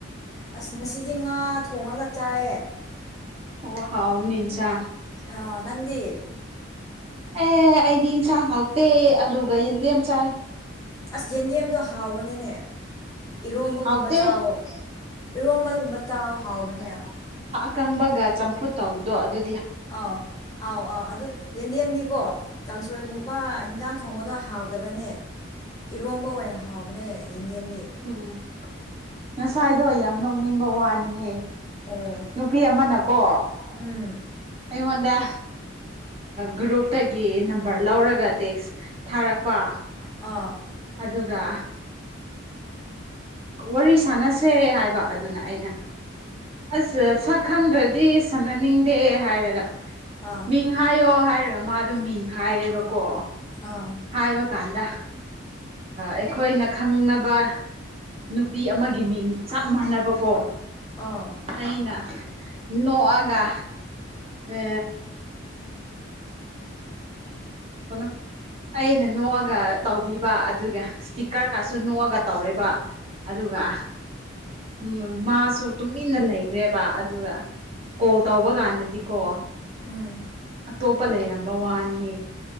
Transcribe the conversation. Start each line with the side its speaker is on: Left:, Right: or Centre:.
Left: ꯑꯁ ꯉꯁꯤꯗꯤ ꯉꯥ ꯊꯣꯡꯉꯒ ꯆꯥꯏꯌꯦ
Right: ꯑꯣ ꯍꯥꯎꯥꯎꯅꯤꯟꯁ
Left: ꯑ ꯅꯪꯗꯤ
Right: ꯑꯦ ꯑꯩꯗꯤ ꯏꯟꯁꯥꯡ ꯍꯥꯎꯇꯦ ꯑꯂꯨꯒ ꯌꯦꯟꯗꯦ ꯑ ꯆꯥꯏ
Left: ꯑꯁ ꯌꯦꯟꯗꯦꯝꯗꯣ ꯍꯥꯎꯕꯅꯦꯅꯦ ꯏꯔꯣꯝꯕꯒꯨꯝꯕ
Right: ꯍꯥꯎꯇꯦ
Left: ꯆꯥꯎ ꯏꯔꯣꯝꯕꯒꯨꯝꯕ ꯆ ꯍꯥꯎꯕꯅꯦ
Right: ꯀꯪꯕꯒ ꯆꯝꯐꯨꯠ ꯇꯧꯕꯗꯣ ꯑꯗꯨ
Left: ꯑꯥꯎ ꯑꯥꯎ ꯑꯥꯎ ꯑꯗꯨ ꯌꯦꯟꯗꯦꯝꯅꯤꯀꯣ ꯀꯥꯡꯁꯣꯏꯒꯨꯝꯕ
Right: ꯎꯝ
Left: ꯍꯟꯖꯥꯡ ꯊꯣꯡꯕꯗꯣ ꯍꯥꯎꯇꯕꯅꯦ ꯏꯔꯣꯝꯕ ꯑꯣꯏꯅ ꯍꯥꯎꯕꯅꯦ ꯌꯦꯟꯗꯦꯝꯗꯤ
Right: ꯎꯝ ꯉꯁꯥꯏꯗꯣ ꯌꯥꯝ ꯅꯣꯛꯅꯤꯡꯕ ꯋꯥꯅꯤꯍꯦ
Left: ꯑꯣ
Right: ꯅꯨꯄꯤ ꯑꯃꯅꯀꯣ
Left: ꯎꯝ
Right: ꯑꯩꯉꯣꯟꯗ ꯒ꯭ꯔꯨꯞꯇꯒꯤ ꯅꯝꯕꯔ ꯂꯧꯔꯒ ꯇꯦꯛꯁ ꯊꯥꯔꯛꯄ
Left: ꯑꯥ
Right: ꯑꯗꯨꯒ ꯋꯥꯔꯤ ꯁꯥꯟꯅꯁꯦ ꯍꯥꯏꯕ ꯑꯗꯨꯅ ꯑꯩꯅ ꯑꯁ ꯁꯛꯈꯪꯗ꯭ꯔꯗꯤ ꯁꯥꯟꯅꯅꯤꯡꯗꯦ ꯍꯥꯏꯔꯒ
Left: ꯑꯥ
Right: ꯃꯤꯡ ꯍꯥꯏꯌꯣ ꯍꯥꯏꯔꯒ ꯃꯥꯗꯣ ꯃꯤꯡ ꯍꯥꯏꯔꯦꯕꯀꯣ
Left: ꯑꯥ
Right: ꯍꯥꯏꯕ ꯀꯗ ꯑꯩꯈꯣꯏꯅ ꯈꯪꯅꯕ ꯅꯨꯄꯤ ꯑꯃꯒꯤ ꯃꯤꯡ ꯆꯞ ꯃꯥꯟꯅꯕꯀꯣ
Left: ꯑꯥ
Right: ꯑꯩꯅ ꯅꯑꯒ ꯑ ꯀꯩꯅꯣ ꯑꯩꯅ ꯅꯣꯛꯑꯒ ꯇꯧꯕꯤꯕ ꯑꯗꯨꯒ ꯏꯁꯇꯤꯛꯀꯔꯒꯁꯨ ꯅꯣꯛꯑꯒ ꯇꯧꯔꯦꯕ ꯑꯗꯨꯒ ꯎ ꯃꯥꯁꯨ ꯇꯨꯃꯤꯟꯅ ꯂꯩꯈ꯭ꯔꯦꯕ ꯑꯗꯨꯒ ꯀꯣꯜ ꯇꯧꯕ ꯀꯥꯟꯗꯗꯤꯀꯣ
Left: ꯎꯝ
Right: ꯑꯇꯣꯞꯄ ꯂꯩꯔꯝꯕ ꯋꯥꯅꯤꯌꯦ